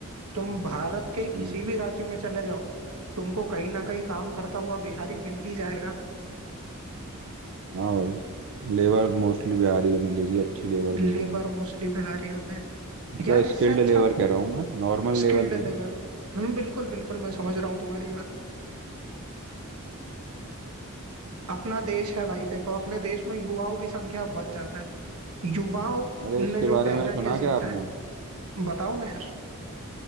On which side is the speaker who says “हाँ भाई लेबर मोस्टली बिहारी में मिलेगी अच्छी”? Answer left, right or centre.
Right